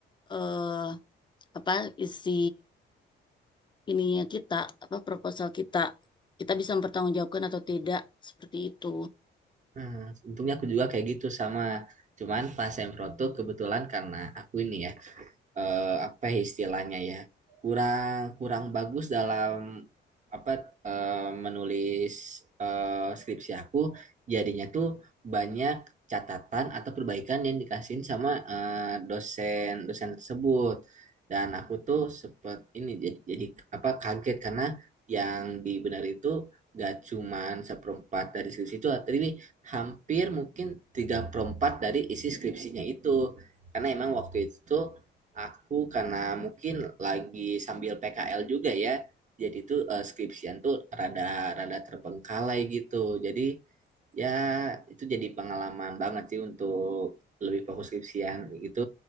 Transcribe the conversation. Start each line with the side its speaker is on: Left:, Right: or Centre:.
Left: eh, apa isi ininya kita apa proposal kita kita bisa mempertanggungjawabkan atau tidak seperti itu.
Right: Hmm, untungnya aku juga kayak gitu sama. Cuman pas sempro tuh kebetulan karena aku ini ya eh, apa ya istilahnya ya kurang kurang bagus dalam apa eh, menulis eh, skripsi aku jadinya tuh banyak catatan atau perbaikan yang dikasihin sama eh, dosen dosen tersebut dan aku tuh sempet ini jadi, jadi apa kaget karena yang dibenerin itu gak cuman seperempat dari skripsi itu tapi hampir mungkin tiga perempat dari isi skripsinya itu karena emang waktu itu tuh Aku karena mungkin lagi sambil PKL juga ya, jadi tuh eh, skripsian tuh rada rada terbengkalai gitu. Jadi ya itu jadi pengalaman banget sih untuk lebih fokus skripsian gitu.